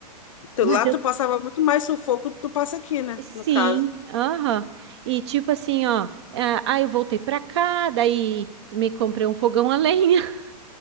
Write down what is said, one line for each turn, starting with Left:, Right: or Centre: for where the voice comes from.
Left: Tu-
Right: Mas
Left: Lá
Right: eu,
Left: tu passava muito mais sufoco do que tu passa aqui, né?
Right: sim,
Left: No caso.
Right: aham. E tipo assim, ó, ah, aí eu voltei pra cá, daí me comprei um fogão a lenha. <laughs>